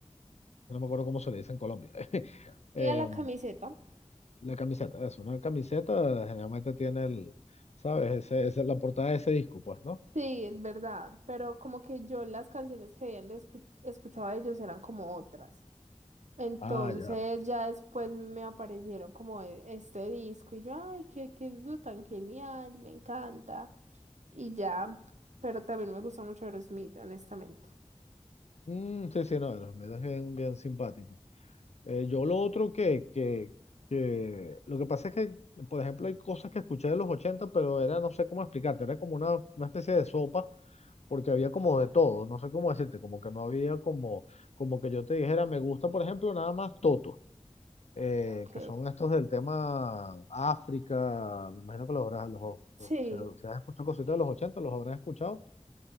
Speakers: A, on the left; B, on the right.
A: no me acuerdo cómo se le dice en Colombia. <laughs> Eh,
B: Y a la camiseta.
A: la camiseta, es una camiseta generalmente tiene el, ¿sabes? Ese, esa es la portada de ese disco, pues, ¿no?
B: Sí, es verdad, pero como que yo las canciones que habían de escu- escuchado de ellos eran como otras. Entonces
A: Ah, ya.
B: ya después me aparecieron como e- este disco y yo, ay, qué, qué disco tan genial, me encanta. Y ya, pero también me gusta mucho Aerosmith, honestamente.
A: Mm, sí, sí, no, los medios bien, bien simpático. yo lo otro que, que, que, lo que pasa es que, por ejemplo, hay cosas que escuché de los 80 pero era, no sé cómo explicarte, era como una, una especie de sopa, porque había como de todo, no sé cómo decirte, como que no había como, como que yo te dijera, me gusta, por ejemplo, nada más Toto. eh,
B: Ok.
A: que son estos del tema África, me imagino que los habrás, los,
B: Sí,
A: o sea, si has escuchado cositas de los 80 los habrás escuchado,